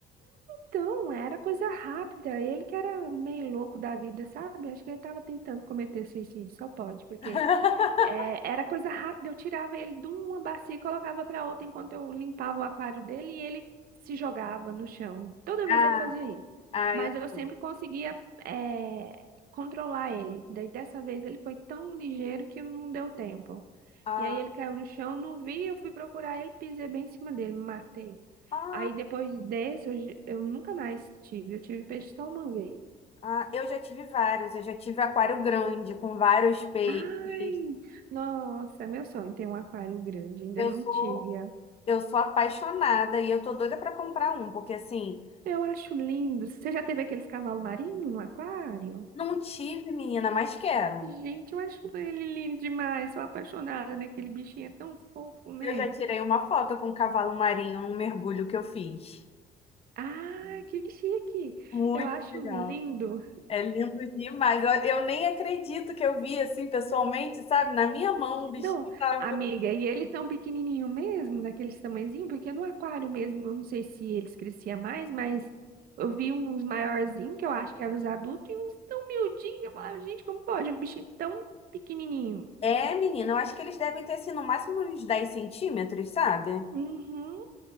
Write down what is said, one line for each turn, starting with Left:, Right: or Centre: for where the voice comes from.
Right: Então, era coisa rápida. Ele que era meio louco da vida, sabe? Acho que ele estava tentando cometer suicídio, só pode, porque
Left: <laughs>
Right: é, era coisa rápida, eu tirava ele de uma bacia e colocava para outra enquanto eu limpava o aquário dele e ele se jogava no chão. Toda vez
Left: Ah,
Right: ele fazia isso.
Left: ah,
Right: Mas
Left: eu
Right: eu sempre
Left: sim.
Right: conseguia, é, controlar ele. Daí dessa vez ele foi tão ligeiro que não deu tempo.
Left: Ah,
Right: E aí ele caiu no chão, não vi, eu fui procurar ele, pisei bem em cima dele, me matei.
Left: ah,
Right: Aí depois desse, eu, j- eu nunca mais tive. Eu tive peixe só uma vez.
Left: ah, eu já tive vários. Eu já tive aquário grande com vários peixes.
Right: Ai, nossa, é meu sonho ter um aquário grande. Ainda
Left: Eu
Right: não
Left: sou
Right: tive.
Left: Eu sou apaixonada e eu tô doida pra comprar um, porque assim,
Right: Eu acho lindo. Você já teve aqueles cavalos marinhos no aquário?
Left: não tive, menina, mas quero.
Right: Gente, eu acho ele lindo demais. Sou apaixonada, né? Aquele bichinho é tão fofo, né?
Left: Eu já tirei uma foto com um cavalo marinho num mergulho que eu fiz.
Right: Ah, que chique!
Left: Muito
Right: Eu acho
Left: legal.
Right: lindo.
Left: É lindo demais. Eu, eu nem acredito que eu vi assim pessoalmente, sabe? Na minha mão o bichinho
Right: Não,
Left: tava.
Right: amiga, e eles são pequenininho mesmo, daqueles tamanhozinho, porque no aquário mesmo, eu não sei se eles cresciam mais, mas eu vi uns maiorzinhos, que eu acho que eram os adultos, e uns tão miudinhos. Eu falava, gente, como pode um bichinho tão pequenininho?
Left: É, menina, eu acho que eles devem ter assim no máximo uns 10 centímetros, sabe?
Right: Uhum.